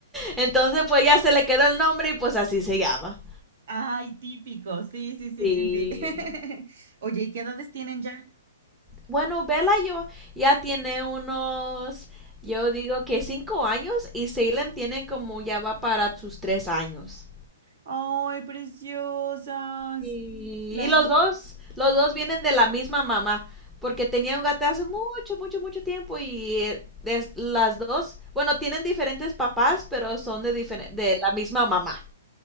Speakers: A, in the centre; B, on the right (about 50°).
A: Entonces, pues ya se le quedó el nombre y pues así se llama.
B: ay, típico. Sí, sí, sí,
A: Sí.
B: sí, sí. <laughs> Oye, ¿y qué edades tienen ya?
A: Bueno, Bella yo ya tiene unos, yo digo que cinco años y Salem tiene como ya va para sus tres años.
B: ¡Ay, preciosas!
A: Y,
B: Las...
A: y los dos, los dos vienen de la misma mamá, porque tenía un gato hace mucho, mucho, mucho tiempo y eh, es- las dos, bueno, tienen diferentes papás, pero son de, diferen- de la misma mamá.